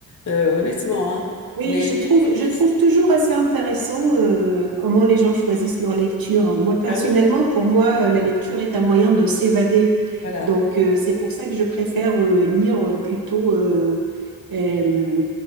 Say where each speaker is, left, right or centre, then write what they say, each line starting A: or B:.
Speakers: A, on the left; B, on the right.
A: euh, honnêtement, hein.
B: Oui,
A: Mais
B: je trouve, je
A: qu'est-ce-
B: trouve toujours assez intéressant euh, comment les gens choisissent leur lecture. Moi, personnellement,
A: bah oui.
B: pour moi, euh, la lecture est un moyen de s'évader.
A: Voilà.
B: Donc, euh, c'est pour ça que je préfère euh, lire euh, plutôt euh, euh,